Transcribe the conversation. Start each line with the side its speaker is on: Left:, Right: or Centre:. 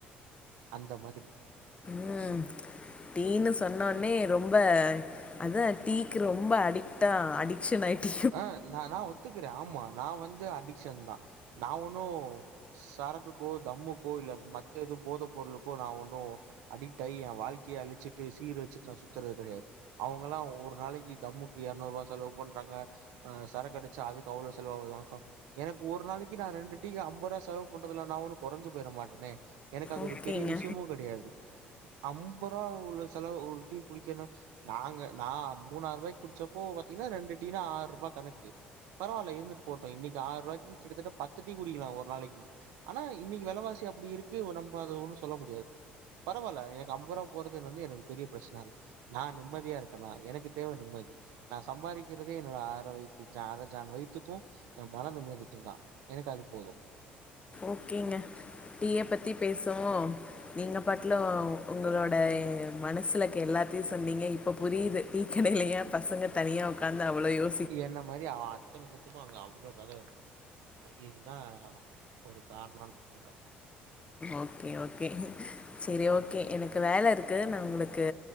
Right: அந்த மாரி
Left: ம் டீன்னு சொன்னோனே ரொம்ப அதா டீக்கு ரொம்ப அடிக்டா அடி க்சனாயிட்டி
Right: ஆ நா நா ஒத்துக்கிறே ஆமா நா வந்து அடிக்ஷன் தா நா ஒண்ணு சரக்குக்கோ தம்முக்கோ இல்ல மத்தே எது போத பொருளுக்கோ நா ஒன்னு அடிக்ட் ஆகி எ வாழ்க்கைய அழிச்சிட்டு சீரழிச்சிட்டு நா சுத்துறது கெடையாது அவுங்கல்லா ஒரு நாளைக்கு தம்முக்கு எரநூற்பா செலவு பண்றாங்க ஆ சரக்கடிச்சா அதுக்கு அவ்ளோ செலவாவுதா மாச எனக்கு ஒரு நாளைக்கு நா ரெண்டு டீக்கு ஐம்பரூவா செலவு பண்றதுல நா ஒன்னு கொறஞ்சு போயிற மாட்டனே எனக்கு அது
Left: ஓகேங்க
Right: ஒரு பெரிய விஷ்யமு கெடையாது ஐம்ப ரூா உள்ள செலவு ஒரு டீ குடிக்கன்னா நாங்க நா மூணாயிற ரூவாக்கி குடிச்சப்போ பாத்தீங்கனா ரெண்டு டீனு ஆர் ரூபா கணக்கு பரவால்ல இருந்துட்டு போட்டு இன்னக்கி ஆயரூவாக்கி கிட்டதட்ட பத்து டீ குடிக்கலா ஒரு நாளைக்கி ஆனா இன்னிக்கி வெலவாசி அப்டி இருக்கு நம்ப அத ஒன்னு சொல்ல முடியாது பரவால எனக் அம்பருவா போறது வந்து எனக்கு பெரிய பிரச்சன இல்ல நா நிம்மதியா இருக்கனா எனக்கு தேவ நிம்மதி நா சம்பாதிக்கிறதே என்னோட அர வைத்து ஜா அர ஜான் வைத்துக்கு மன நிம்மதிக்கும் தா எனக்கு அது போது
Left: ஓகேங்க டீய பத்தி பேசவு நீங்க பாட்ல உங்களோ ட மனசுல இருக்க எல்லாத்தியு சொன்னீங்க இப்ப புரியிது டீக்கடையில ஏ பசங்க தனியா உக்காந்து அவ்ளோ யோ
Right: என்ன மாரி அத்தன பேத்துக்கும் அங்க அவ்ளோ கத இருக்கு இதுதா ஒரு காரணம்டு சொல்றாங்க
Left: ஓகே ஓகே செரி
Right: ம்
Left: ஓகே எனக் கு வேல இருக்கு நா உங்களுக்கு